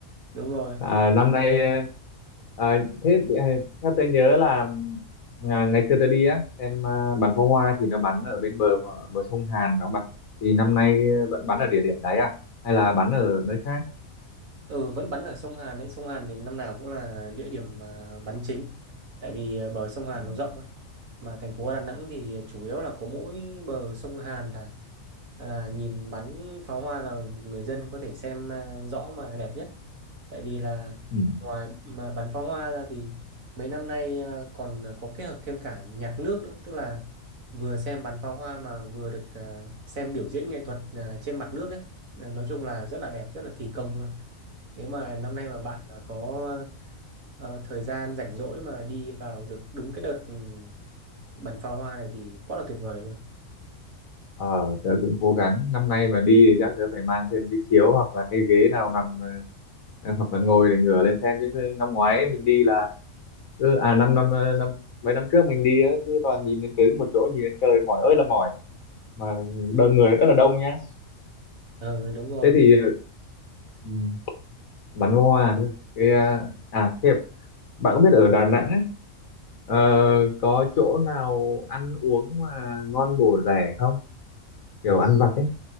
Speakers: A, on the right; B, on the left.
A: đúng rồi
B: à, năm nay à, à, thế à, theo tôi nhớ là à, ngày xưa tôi đi á xem à, bắn pháo hoa thì nó bắn ở bên bờ bờ sông Hàn đúng không bạn thì năm nay vẫn bắn ở địa điểm đấy à hay là bắn ở nơi khác
A: Ừ, vẫn bắn ở sông Hàn đấy. Sông Hàn thì năm nào cũng là địa điểm à, bắn chính. Tại vì à, bờ sông Hàn
B: ừ.
A: nó rộng ấy. Mà thành phố Đà Nẵng thì chủ yếu là có mỗi bờ sông Hàn là là nhìn bắn pháo hoa là người dân có thể xem à, rõ mà đẹp nhất. Tại vì là
B: Ừ.
A: ngoài mà bắn pháo hoa ra thì mấy năm nay à, còn có kết hợp thêm cả nhạc nước nữa. Tức là vừa xem bắn pháo hoa mà vừa được à, xem biểu diễn nghệ thuật à, trên mặt nước ấy. Nói chung là rất là đẹp, rất là kỳ công luôn. Nếu mà năm nay mà bạn mà có ờ, thời gian rảnh rỗi mà đi vào được đúng cái đợt ừ, bắn pháo hoa này thì quá là tuyệt vời luôn.
B: Ờ, tớ cũng cố gắng năm nay mà đi thì chắc tớ phải mang thêm cái chiếu hoặc là cái ghế nào nằm ờ, ờ, hoặc là ngồi để ngửa lên xem chứ năm ngoái mình đi là cứ à năm năm ờ, năm mấy năm trước mình đi á, cứ toàn nhìn đến trứng một chỗ nhìn đến trời mỏi ơi là mỏi mà đông người rất là đông nhá
A: Ờ đúng rồi.
B: thế thì ừ, bắn pháo hoa thôi cái à à, thế bạn có biết ở Đà Nẵng á, ờ, có chỗ nào ăn uống mà ngon bổ rẻ không kiểu ăn vặt ấy